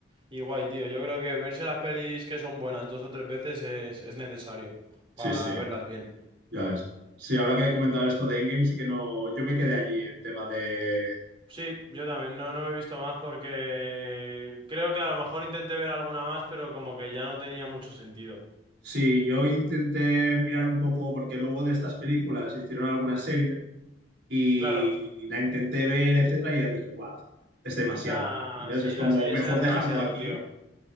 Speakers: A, on the right (about 30°); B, on the right (about 85°).
A: Y guay, tío. Yo creo que verse las pelis que son buenas dos o tres veces es, es necesario para
B: Sí, sí,
A: verlas bien.
B: ya ves. Sí, ahora que he comentado esto de Endgame, sí que no. Yo me quedé allí en tema de.
A: Sí, yo también. No, no me he visto más porque creo que a lo mejor intenté ver alguna más, pero como que ya no tenía mucho sentido.
B: Sí, yo intenté mirar un poco, porque luego de estas películas hicieron alguna serie y
A: Claro.
B: la intenté ver, etcétera, y ya dije, guau, es demasiado.
A: Nah,
B: ¿Sabes?
A: sí,
B: Es como
A: las series
B: mejor
A: eran
B: dejarlo
A: demasiado,
B: aquí,
A: tío.